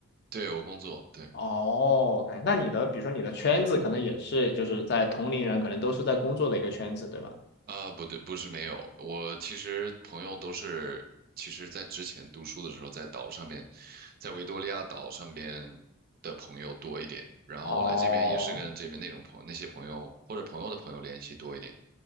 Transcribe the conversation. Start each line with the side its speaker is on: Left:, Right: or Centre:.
Right: 对我工作对。
Left: 哦，OK，那你的比如说你的圈子可能也是就是在同龄人，可能都是在工作的一个圈子，对吧？
Right: 啊，不对，不是没有，我其实朋友都是，其实在之前读书的时候，在岛上面，在维多利亚岛上边的朋友多一点，然后来这边也是跟这边那种朋友、
Left: 哦，
Right: 那些朋友或者朋友的朋友联系多一点，